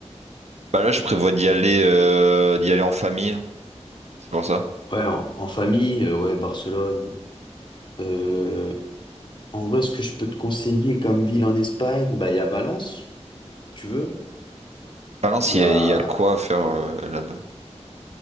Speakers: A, on the right (about 70°); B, on the left (about 40°).
A: Bah là, je prévois d'y aller, euh, d'y aller en famille. C'est pour ça.
B: Ouais, en, en famille, euh, ouais, Barcelone. Euh, en vrai, ce que je peux te conseiller comme ville en Espagne, bah, il y a Valence, si tu veux.
A: Valence,
B: Il y
A: il
B: a,
A: y a, il y a quoi à faire euh, là-bas?